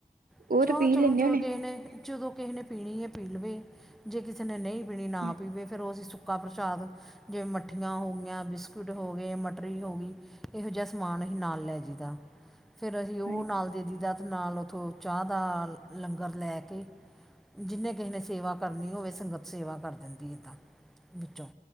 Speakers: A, on the right; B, in the centre.
A: ਉਹ
B: <unintelligible>
A: ਤਾਂ
B: ਚਲੋ
A: ਪੀ ਲੈਂਦੇ ਹੋਣੇ
B: ਕਿਸੇ ਨੇ ਪੀਣੀ ਹੈ ਪੀ ਲਵੇ ਜੇ ਕਿਸੇ ਨੇ ਨਹੀਂ ਪੀਣੀ ਨਾ
A: ਹਾਂ,
B: ਪੀਵੇ, ਫਿਰ ਉਹ ਅਸੀਂ ਸੁ ਸੁੱਕਾ ਪ੍ਰਸ਼ਾਦ, ਜਿਵੇਂ ਮੱਠੀਆਂ ਹੋ ਗਈਆਂ। ਬਿਸਕੁਟ ਹੋ ਗਏ, ਮਟਰੀ ਹੋ ਗਈ। ਇਹੋ ਜਿਹਾ ਸਮਾਨ ਅਸੀਂ ਨਾਲ ਲੈ ਜਦਾ ਫੇਰ ਅਸੀਂ ਉਹ
A: ਹਾਂਜੀ
B: ਨਾਲ ਦੇ ਦੇਈ ਦਾ ਤੇ ਨਾਲ ਉੱਥੋਂ, ਚਾਹ ਦਾ ਲੰਗਰ ਲੈ, ਕੇ ਜਿੰਨੇ ਕਿਸੇ ਨੇ ਸੇਵਾ ਕਰਨੀ ਹੋਵੇ, ਸੰਗਤ ਸੇਵਾ ਕਰ ਦਿੰਦੀ ਹੈ। ਤਾਂ, ਵਿੱਚੋਂ